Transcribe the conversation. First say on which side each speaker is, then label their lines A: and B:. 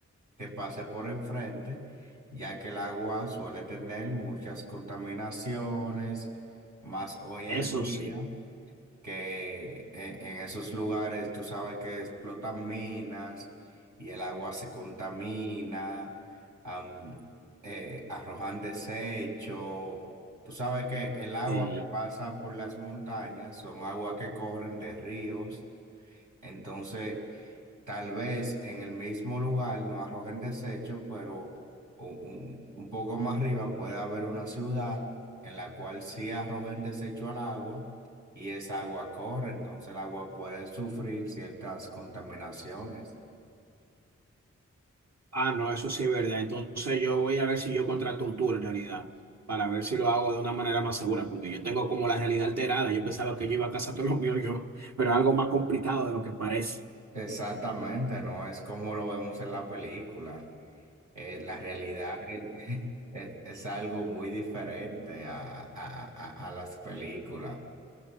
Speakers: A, on the right; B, on the right.
A: te pase por enfrente, ya que el agua suele tener muchas contaminaciones, más hoy en
B: Eso
A: día
B: sí.
A: que en, en esos lugares tú sabes que explotan minas y el agua se contamina, am, eh, arrojan desechos. Tú sabes que el agua
B: Y,
A: que pasa por las montañas son aguas que corren de ríos. Entonces, Tal vez en el mismo lugar no arrojen desecho, pero un, un- un poco más arriba puede haber una ciudad en la cual sí arrojen desecho al agua y esa agua corre, entonces el agua puede sufrir ciertas contaminaciones.
B: ah, no, eso sí es verdad. Entonces yo voy a ver si yo contrato un tour en realidad, para ver si lo hago de una manera más segura, porque yo tengo como la realidad alterada. Yo pensaba que yo iba a cazar todo lo mío yo, pero es algo más complicado de lo que parece.
A: Exactamente, no es como lo vemos en la película. Eh, la realidad es, <laughs> es- es algo muy diferente a, a a- a- a las películas.